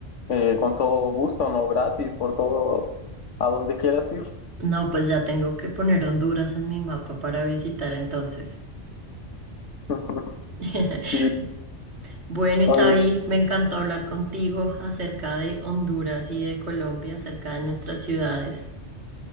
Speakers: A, on the left (about 75°); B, on the right (about 60°).
A: eh, con todo gusto, no gratis, por todo, a donde quieras ir.
B: No, pues ya tengo que poner Honduras en mi mapa para visitar entonces.
A: <laughs>
B: <laughs>
A: Sí,
B: Bueno, Isaí,
A: no, y-
B: me encantó hablar contigo acerca de Honduras y de Colombia, acerca de nuestras ciudades.